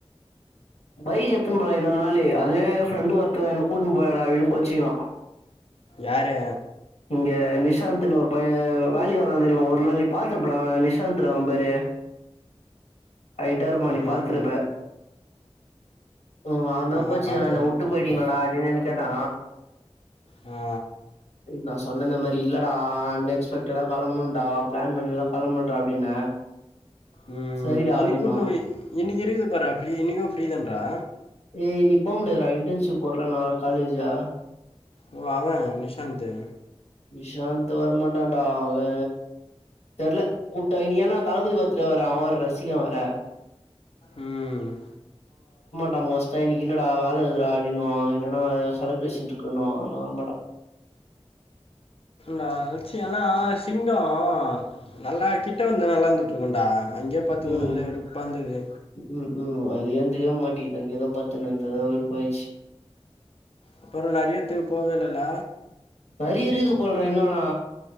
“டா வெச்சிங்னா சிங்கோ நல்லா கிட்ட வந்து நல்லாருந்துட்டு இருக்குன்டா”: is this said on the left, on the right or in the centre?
Left